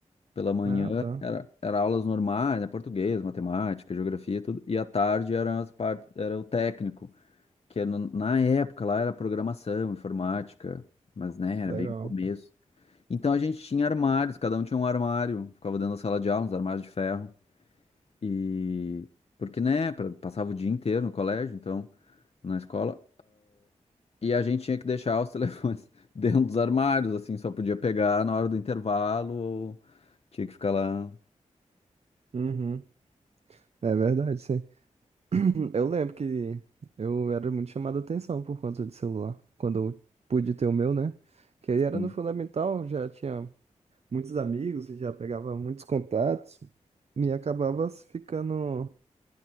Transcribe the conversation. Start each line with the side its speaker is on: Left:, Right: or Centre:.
Left: pela manhã
Right: Ah, tá.
Left: era, era aulas normais, né, português, matemática, geografia, tudo, e à tarde era, as par- era o técnico, que era no- na época lá era programação, informática, mas né, era
Right: Legal.
Left: bem no começo. Então a gente tinha armários, cada um tinha um armário, ficava dentro da sala de aula, uns armários de ferro. E porque, né, pra- passava o dia inteiro no colégio, então, na escola, e a gente tinha que deixar os <laughs> telefones dentro dos armários, assim, só podia pegar na hora do intervalo, ou tinha que ficar lá.
Right: Uhum. É verdade, sim. <clears throat> Eu lembro que eu era muito chamado a atenção por conta de celular. Quando eu pude ter o meu, né? Que aí
Left: assim.
Right: era no fundamental, já tinha muitos amigos, já pegava muitos contatos e acabava ficando,